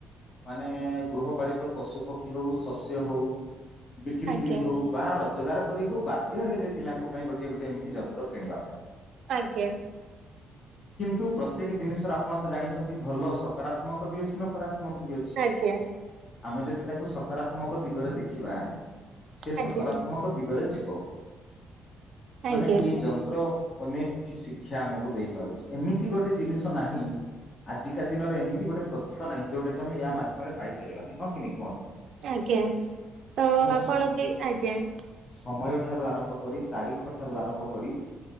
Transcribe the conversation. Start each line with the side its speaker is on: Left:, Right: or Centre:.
Left: ମାନେ ଗୃହପାଳିତ ପଶୁ ପକ୍ଷୀ ହଉ ଶସ୍ୟ ହଉ ବିକ୍ରିକିରି
Right: ଆଜ୍ଞା
Left: ହଉ ବା ର ରୋଜଗାର କରି ହଉ ବାଧ୍ୟ ହେଲେ ପିଲାଙ୍କ ପାଇଁ ଗୋଟେ ଗୋଟେ ଏମିତି ଯନ୍ତ୍ର କିଣିବା ପାଇଁ
Right: ଆଜ୍ଞା।
Left: କିନ୍ତୁ ପ୍ରତ୍ୟେକ ଜିନିଷ ର ଆପଣ ତ ଜାଣିଛନ୍ତି ଭଲ ସକାରାତ୍ମକ ବି ଅଛି ନକରା କ ବି ଅଛି
Right: ଆଜ୍ଞା
Left: ଆମେ ଯଦି ତାକୁ ସକାରାତ୍ମ ତ୍ମକ ଦିଗରେ ଦେଖିବା ସେ
Right: ଆଜ୍ଞା
Left: ସକାରାତ୍ମକ ଦିଗରେ ଯିବ
Right: ଆଜ୍ଞା
Left: ମାନେ ଏଇ ଯନ୍ତ୍ର ଅନେକ କିଛି ସି ସେ ଆମକୁ ଧରୁଚି ଏମିତି ଗୋଟେ ଜିନିଷ ନାହିଁ ଆଜିକା ଦିନରେ ଏମିତି ଗୋଟେ ତଥ୍ୟ ନାହିଁ ଯୋଉଟା କି ଆମେ ୟା ମାଧ୍ୟମରେ ପାଇପାରିବା ନାହିଁ । ହଁ କି ନାଇଁ କୁହନ୍ତୁ?
Right: ଆଜ୍ଞା। ତ
Left: ମାନେ
Right: ଆପଣ
Left: ସ-
Right: ବି ଆଜ୍ଞା।
Left: ସମୟ ଠାରୁ ଆରମ୍ଭ କରି ତାରିଖ ଠାରୁ ଆରମ୍ଭ କରି